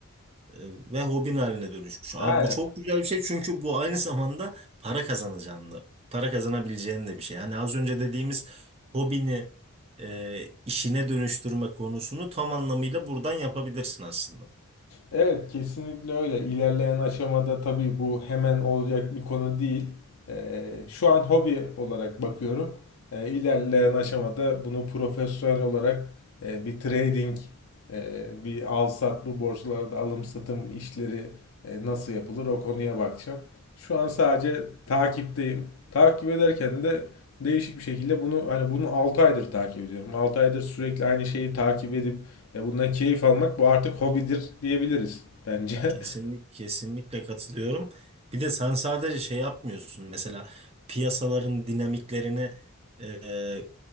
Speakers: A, on the right; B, on the left.
A: E, ve hobin haline dönüşmüş. Abi
B: Aynen.
A: bu çok güzel bir şey çünkü bu aynı zamanda para kazanacağını da, para kazanabileceğin de bir şey. Yani az önce dediğimiz hobini e, işine dönüştürme konusunu tam anlamıyla buradan yapabilirsin aslında.
B: Evet, kesinlikle öyle. İlerleyen aşamada tabii bu hemen olacak bir konu değil. Ee, şu an hobi olarak bakıyorum. E, ilerleyen aşamada bunu profesyonel olarak e, bir trading, e, bir al sat bu borsalarda alım satım işleri e, nasıl yapılır o konuya bakacağım. Şu an sadece takipteyim. Takip ederken de değişik bir şekilde bunu hani bunu 6 aydır takip ediyorum. 6 aydır sürekli aynı şeyi takip edip ya bundan keyif almak bu artık hobidir diyebiliriz bence.
A: Kesinlik,
B: <laughs>
A: kesinlikle katılıyorum. Bir de sen sadece şey yapmıyorsun. Mesela piyasaların dinamiklerine e,